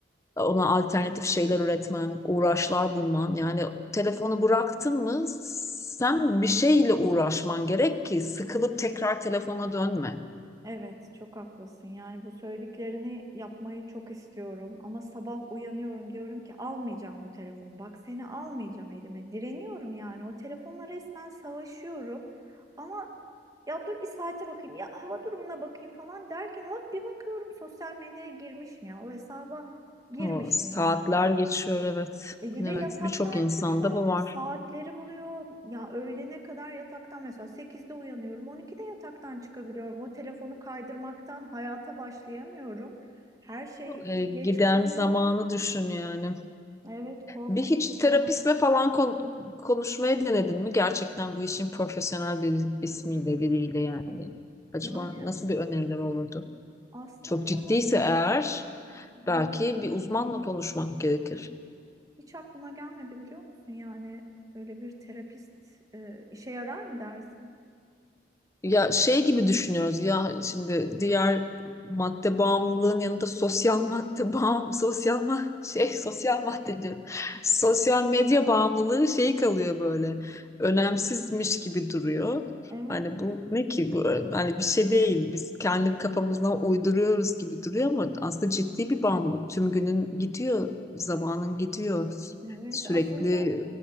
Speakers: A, on the left; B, on the right.
A: ona alternatif şeyler üretmen, uğraşlar bulman. Yani telefonu bıraktın mı sen bir şeyle uğraşman gerek ki sıkılıp tekrar telefona dönme.
B: Evet, çok haklısın. Yani bu söylediklerini yapmayı çok istiyorum ama sabah uyanıyorum diyorum ki almayacağım bu telefonu. Bak seni almayacağım elime. Direniyorum yani. O telefonla resmen savaşıyorum. Ama ya dur bir saate bakayım ya hava durumuna bakayım falan derken hop bir bakıyorum sosyal medyaya girmişim ya. O hesaba girmişim
A: O saatler
B: yani.
A: geçiyor evet.
B: E,
A: Evet,
B: ve yataktan
A: birçok insanda
B: çıkmam
A: bu var.
B: saatleri buluyor. Ya öğlene kadar yataktan mesela sekizde uyanıyorum, 12'de yataktan çıkabiliyorum. O telefonu kaydırmaktan hayata başlayamıyorum. Her şey
A: E, giden
B: geç kalıyor.
A: zamanı düşün yani.
B: Evet, korkunç
A: Bir hiç
B: bir zaman.
A: terapistle falan kon- konuşmayı denedin mi? Gerçekten bu işin profesyonel bir ismiyle biriyle yani. Acaba
B: Yani
A: nasıl bir öneriler olurdu?
B: aslında
A: Çok ciddiyse eğer Belki
B: evet,
A: bir uzmanla konuşmak gerekir.
B: hiç aklıma gelmedi biliyor musun? Yani öyle bir terapist e, işe yarar mı dersin?
A: Ya şey gibi düşünüyoruz ya şimdi diğer madde bağımlılığın yanında sosyal madde bağım sosyal ma şey <laughs> sosyal madde diyorum. Sosyal medya bağımlılığı şey kalıyor böyle önemsizmiş gibi duruyor.
B: Evet,
A: Hani bu ne ki bu hani bir şey değil biz kendi kafamızdan uyduruyoruz gibi duruyor ama aslında ciddi bir bağımlılık. Tüm günün gidiyor, zamanın gidiyor
B: evet.
A: sürekli
B: Aslında